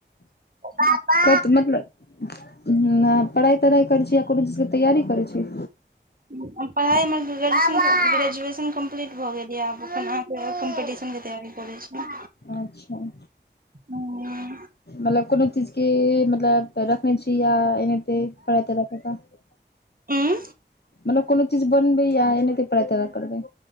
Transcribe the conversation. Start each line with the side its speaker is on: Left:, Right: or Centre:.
Right: पापा
Left: कत मतलब उम्म ना पढ़ाई-तढ़ाई करै छी या कुनू चीज के तैयारी करै छी।
Right: हुं हम पढ़ाई मे गे-ग्रेजुएशन क ग्रेजुए शन कंप्लीट भ गेलया आब अखन अहाँ के कम्पीटिशन के तैयारी करै छी।
Left: अच्छा
Right: हां।
Left: मतलब कुनू चीज की मतलब त रखनै छी या एनेते पढ़ाय-तढ़ाय काए के
Right: उँ।
Left: मतलब कुनू चीज बनबै या एनेते पढ़ाय-तढा़य करबै।